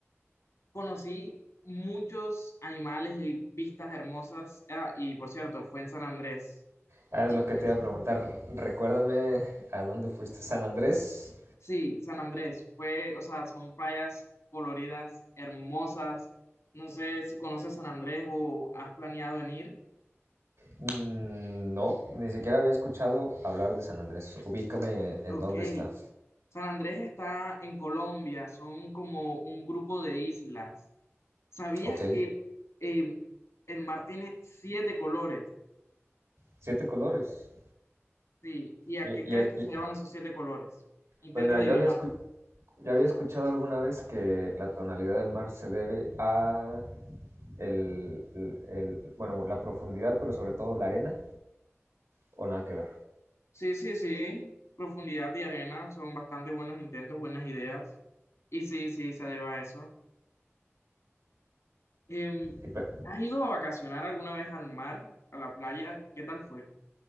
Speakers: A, on the left (about 80°); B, on the right (about 80°).
A: conocí muchos animales y vistas hermosas. Ah, y por cierto, fue en San Andrés.
B: Ah,
A: No
B: es lo que
A: sé
B: te iba
A: si-
B: a preguntar. Recuérdame a dónde fuiste. ¿San Andrés?
A: Sí, San Andrés. Fue, o sea, son playas coloridas, hermosas. No sé si conoces San Andrés o has planeado en ir.
B: Mm, No, ni siquiera había escuchado hablar de San Andrés. Ubícame
A: O-
B: en
A: ok.
B: dónde está.
A: San Andrés está en Colombia, son como un grupo de islas. ¿Sabías
B: Ok.
A: que eh, el mar tiene siete colores?
B: Siete colores.
A: Sí. ¿Y a
B: Y,
A: qué
B: y-
A: crees que
B: y-
A: se llaman esos siete colores? Intenta
B: pues mira,
A: adivinar.
B: yo había, escu- yo había escuchado alguna vez que la tonalidad del mar se debe a el, el- el- bueno, la profundidad, pero sobre todo la arena, o nada que ver.
A: Sí, sí, sí. Profundidad y arena son bastante buenos intentos, buenas ideas. Y sí, sí, se debe a eso. Em,
B: Y pe-
A: ¿has ido a vacacionar alguna vez al mar, a la playa? ¿Qué tal fue?